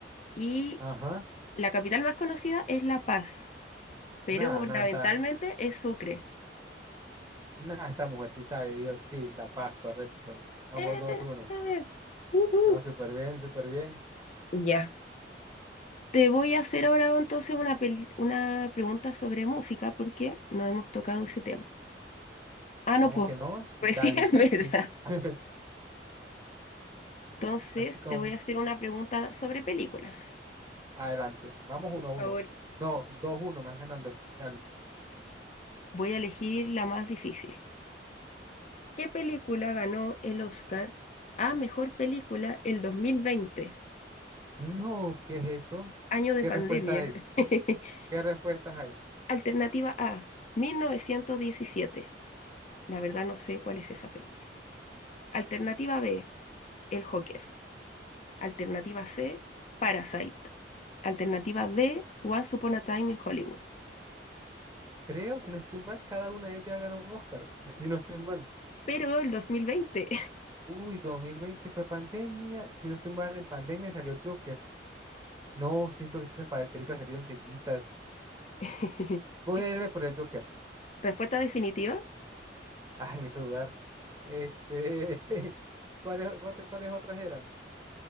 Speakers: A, on the left; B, on the right.
A: Y
B: Ajá.
A: la capital más conocida es La Paz, pero
B: Nada,
A: gubernamentalmente
B: nada está.
A: es Sucre.
B: Nada, esta mujer sí sabe, Dios, sí, La Paz, correcto. Vamos,
A: Eh,
B: dos, uno.
A: eh, ujú.
B: No, súper bien, súper bien.
A: Ya. Te voy a hacer
B: ¿Y
A: ahora entonces una, pel- una pregunta sobre música porque no hemos tocado ese tema. Ah,
B: ¿Cómo
A: no, pues,
B: que no? Daddy
A: recién,
B: Yankee.
A: <laughs> ¿verdad?
B: <laughs>
A: Entonces
B: Así con,
A: te voy a hacer una pregunta sobre películas.
B: adelante. Vamos,
A: Por
B: uno, uno.
A: favor.
B: No, dos, uno, me vas ganando. Dale.
A: Voy a elegir la más difícil. ¿Qué película ganó el Oscar a mejor película el 2020,
B: No, ¿qué es eso?
A: año de
B: ¿Qué
A: pandemia?
B: respuesta hay?
A: <laughs>
B: ¿Qué respuestas hay?
A: Alternativa A, 1917. La verdad no sé cuál es esa película. Alternativa B, El Joker. Alternativa C, Parasite. Alternativa D, Once Upon a Time in Hollywood.
B: Creo, si no estoy mal, cada una de ellas ganó un Oscar, <laughs> si no estoy mal.
A: Pero el 2020.
B: Uy, 2020 fue pandemia, si no estoy mal, en pandemia salió Joker. No, siento que estas pa- películas salieron seguidas.
A: <laughs>
B: Voy a irme por el Joker.
A: Respuesta definitiva.
B: Ay, me hizo dudar. Este, <laughs> ¿cuáles, otra- cuáles otras eran?